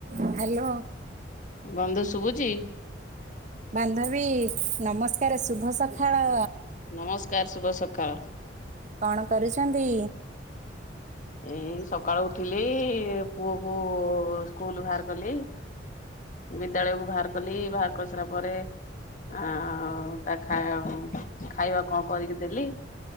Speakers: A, on the right (about 40°); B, on the left (about 45°).
A: Hello.
B: ବନ୍ଧୁ ଶୁଭୁଛି?
A: ବାନ୍ଧବୀ ନମସ୍କାର ଶୁଭ ସକାଳ।
B: ନମସ୍କାର ଶୁଭ ସକାଳ।
A: କଣ କରୁଛନ୍ତି?
B: ଏଇ ସକାଳୁ ଉଠିଲି ପୁଅ କୁ ସ୍କୁଲ ବାହାର କଲି। ବିଦ୍ୟାଳୟକୁୁ ବାହାର କଲି ବାହାର କରିସାରିଲା ପରେ ଆଉ ତା ଖା ଖାଇବା କଣ କରିକି ଦେଲି।